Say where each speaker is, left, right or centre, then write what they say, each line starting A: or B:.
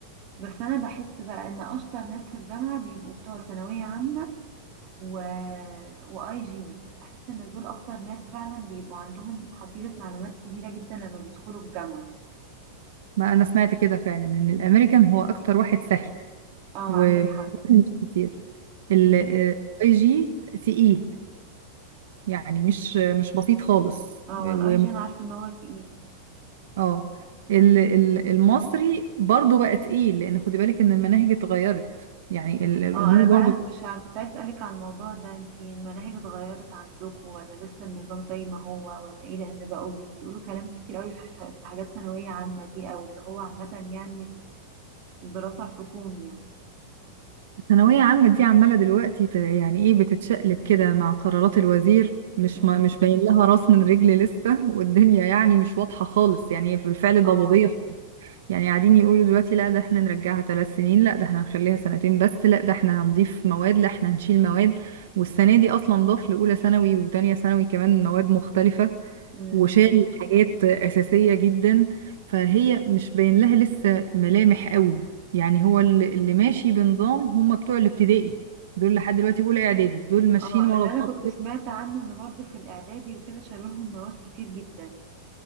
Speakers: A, on the right; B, on the right.
A: بس انا بحس بقى ان اشطر ناس في الجامعه بيبقوا بتوع ثانويه عامه و... واي جي بحس ان دول اكتر ناس فعلا بيبقوا عندهم حصيله معلومات كبيره جدا لما بيدخلوا الجامعه
B: ما انا سمعت كده فعلا ان الامريكان هو اكتر واحد سهل
A: اه
B: ومش
A: عندك حق
B: كتير الاي
A: م-م.
B: جي تقيل يعني مش مش بسيط خالص
A: اه
B: و...
A: الاي جي انا عارفه ان هو تقيل
B: اه ال- ال- المصري برضو بقى تقيل لان خدي بالك ان المناهج اتغيرت يعني ال- الامور
A: اه انا
B: برضو
A: بقى مش عارفه كنت عايز اسالك عن الموضوع ده انتي المناهج اتغيرت عندكم ولا لسه النظام زي ما هو ولا ايه لان بقوا بي- بيقولوا كلام كتير قوي في ح- في حاجات ثانويه عامه دي او اللي هو عامه يعني الدراسه الحكومي
B: الثانويه عامه دي عماله دلوقتي ت- يعني ايه بتتشقلب كده مع قرارات الوزير مش
A: يعني
B: ما مش باين لها راس من رجل لسه والدنيا يعني مش واضحه خالص يعني هي بالفعل
A: اه
B: ضبابيه يعني قاعدين يقولوا دلوقتي لا ده احنا نرجعها ثلاث سنين لا ده احنا هنخليها سنتين بس لا ده احنا هنضيف مواد لا احنا هنشيل مواد والسنة دي اصلا ضاف لأولى ثانوي وتانية ثانوي كمان مواد مختلفة
A: امم
B: وشال حاجات أساسية جدا فهي مش باين لها لسه ملامح قوي يعني هو اللي اللي ماشي بنظام هم بتوع الابتدائي دول لحد دلوقتي أولى إعدادي دول ماشيين
A: اه
B: ورا
A: اللي انا
B: بعض
A: كنت سمعت عنه ان برضو في الاعدادي وكده شالوا لهم مواد كتير جدا